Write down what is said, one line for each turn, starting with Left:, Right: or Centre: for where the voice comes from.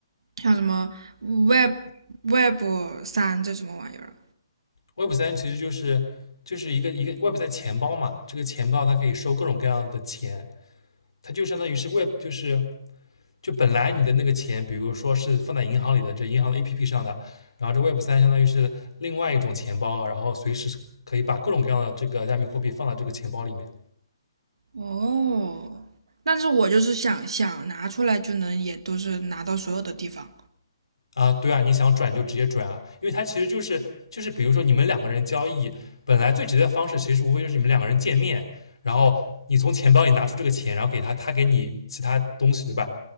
Right: 像什么 Web Web 三这什么玩意儿
Left: ，Web 三其实就是就是一个一个 Web 三钱包嘛，这个钱包它可以收各种各样的钱，它就相当于是 Web 就是就本来你的那个钱，比如说是放在银行里的，这银行的 APP 上的，然后这 Web 三相当于是另外一种钱包，然后随时可以把各种各样的这个加密货币放到这个钱包里面
Right: 嗯，哦，但是我就是想想拿出来就能也都是拿到所有的地方。
Left: 啊。对啊，你想转就直接转啊，因为它其实就是就是比如说你们两个人交易，本来最直接的方式其实无非就是你们两个人见面，然后你从钱包里拿出这个钱，然后给他，他给你其他东西，对吧？